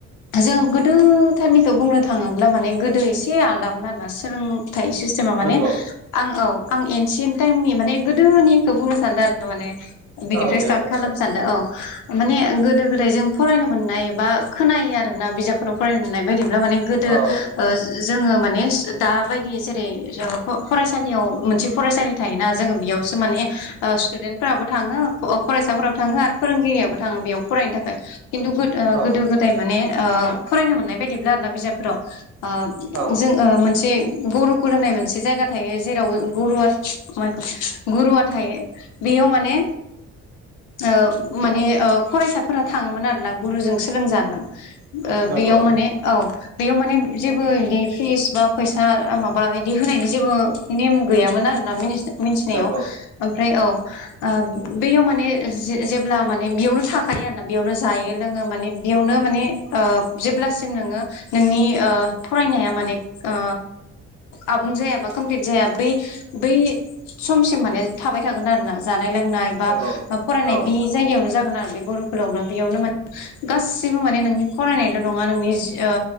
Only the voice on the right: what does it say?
नंगौ
औ दे
दे
औ
औ
औ
<inaudible>
नंगौ
नंगौ
नंगौ
औ